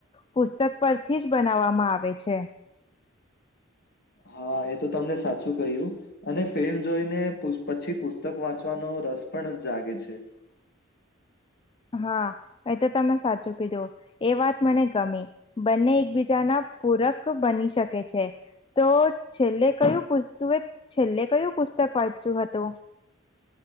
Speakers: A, on the left (about 25°); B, on the left (about 50°).
A: તો સ્તક પરથી જ બનાવવામાં આવે છે.
B: હા. હા, એ તો તમને સાચું કહ્યું, અને ફિલ્મ જોઈને પુસ્પ પછી પુસ્તક વાંચવાનો રસ પણ જાગે છે.
A: હ હા, એ તો તમે સાચું કીધું. એ વાત મને ગમી. બંને એકબીજાના પૂરક બની શકે છે. તો છેલ્લે કયું પુસ તુએ છેલ્લે કયું પુત સ્ત પર્ચી વાતો <unintelligible>